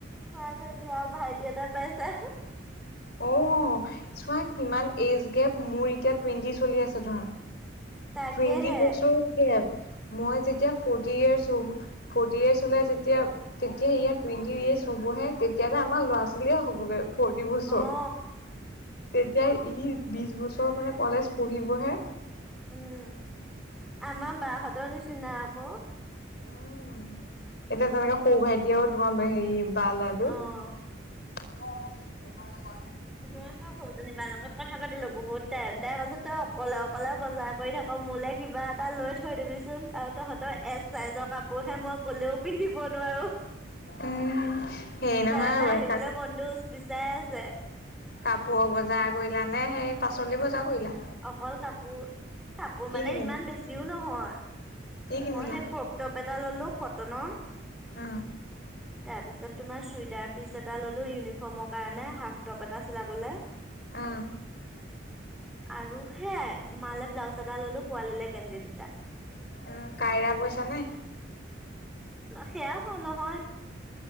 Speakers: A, in the centre; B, on the left (about 55°).
A: হয় ত আৰু ভাইটি এটা পাইছা।
B: অ চোৱা কিমান এজ গেপ মোৰ এতিয়া টুৱেণ্টি চলি আছে ধৰা।
A: তাকেহে
B: টুৱেণ্টি বছৰ গেপ। মই যেতিয়া ফৰটি এইজ হ'ম ফৰটি এইজ হ'লে তেতিয়া ইয়াৰ টুৱেন্টি এইজ হবহে তেতিয়া আমাৰ ল'ৰা ছোৱালীয়ে হ'বগৈ ফৰটি বছৰ।
A: অ।
B: তেতিয়া ই বিশ বছৰ মানে কলেজ পঢ়িবহে।
A: উম আমাৰ বাহঁতৰ নিচিনা আকৌ।
B: উম এতিয়া তেনেকে সৌ ভাইটি আৰু তোমাৰ হেৰি বা ল'ৰাটো।
A: অ
B: অ <unintelligible>
A: সেনেকা কৰিবি তাৰ লগত কথা পাতি লবি বহুত টাইম টাইম আছে তই অকলে অকলে বজাৰ কৰি থাক মোলৈ কিবা এটা লৈ থৈ দিবিচোন। তহঁতৰ এছ চাইজৰ কাপোৰহে মই গলেও পিন্ধিব নোৱাৰো।
B: উম, হেৰি নহয়
A: তাৰমানে আহিবলৈ মনটো উচ পিচাই আছে।
B: কাপোৰ বজাৰ কৰিলা নে সেই পাচলি বজাৰ কৰিলা।
A: অকল কাপোৰ কাপোৰ
B: কি
A: মানে
B: কিনিলা
A: ইমান বেছিও নহয়।
B: কি কিনিলা?
A: মই সেই ক্ৰপ টপ এটা ললো কটনৰ।
B: অ
A: তাৰ পিছত তোমাৰ চুইদাৰ পিচ এটা ললো ইউনিফৰ্মৰ কাৰণে শা। টপ এটা চিলাবলৈ।
B: অ
A: আৰু সেয়াই মালে ব্লাউজ এটা ললো পোৱালিলে গেঞ্জী।
B: অ কাইৰা পইচা নে?
A: সেয়া হ নহয়।